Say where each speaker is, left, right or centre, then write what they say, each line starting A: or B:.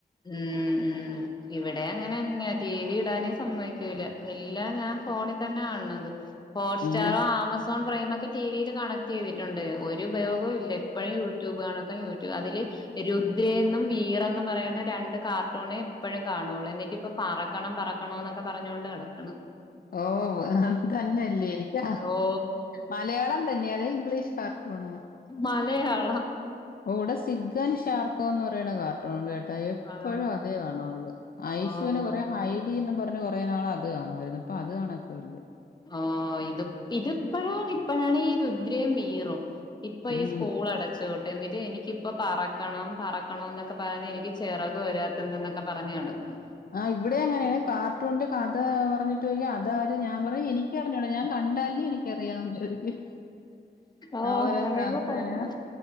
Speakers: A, on the left (about 25°); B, on the left (about 55°).
A: ഉം ഉം ഇവിടെ അങ്ങനെന്നെ ടി വി ഇടാനേ സമ്മതിക്കൂല. എല്ലാം ഞാൻ ഫോണിൽ തന്നെ കാണത് ഹോട്ട്സ്റ്റാറോ
B: ഉം
A: ആമ സോൺ പ്രൈമൊക്കെ ടിവിയിൽ കണക്ട് ചെയ്തിട്ടുണ്ട് ഒരു ഉപയോഗവും ഇല്ല എപ്പോഴും യൂട്യൂബ് കണക്ക യൂ രു അതില് രുദ്രേന്നും വീറെന്ന് പറിണെ രണ്ട് കാർട്ടൂണ് എപ്പഴും കാണോള് എന്നിട്ട് ഇപ്പ പറക്കണം പറക്കണോന്നൊക്കെ പറഞ്ഞൊണ്ട് നടക്ക്ണ്.
B: ഓഹ് അതെന്നെല്ലേ എനിക്ക്
A: ഓ
B: മലയാളം ത ന്നെ അതോ ഇംഗ്ലീഷ് കാർട്ടുണോ?
A: മലയാളം
B: ഓഹ് ഇവടെ സിഗ്ഗൻ ഷാർക്കോന്ന് പറിണെ കാർ ട്ടൂണ് കേട്ടാ എപ്പഴും
A: ആ
B: അതേ കാണോള്ളൂ ഐഷൂന്
A: ഓ
B: കൊറെ ഐഡിന്ന് പറഞ്ഞ് കൊറെ നാള് അത് കാണുവായിരുന്നു ഇപ്പൊ അത് കാണക്ക ഇല്ല.
A: ആഹ് ഇത് ഇതിപ്പഴാണ് ഇപ്പഴാണ് ഈ രുദ്രയും വീറും. ഇപ്പൊ
B: ഉം.
A: ഈ സ്കൂളട ച്ചക്കൂട്ട് എന്നിട്ട് എനിക്കിപ്പ പറക്കണം പറക്കണന്നൊക്കെ പറഞ്ഞ് എനിക്ക് ചെറക് വരാത്തന്തെന്നൊക്കെ പറഞ്ഞ് നട ക്ക്ണ്
B: ആഹ് ഇവിടെ അങ്ങനെയാണ് കാർട്ടൂണിന്റെ കഥ പറഞ്ഞിട്ടൊയ്ക്ക അതാ എന്നിട്ട് ഞാൻ പറയും എനിക്കറിഞ്ഞൂട ഞാൻ കണ്ടാലല്ലേ എനിക്കറിയാന്ന് ചോദിക്കും
A: ഓഹ്
B: അവരെന്താ
A: അങ്ങനെയൊക്കെ
B: അങ്ങനെ?
A: തന്നെയാ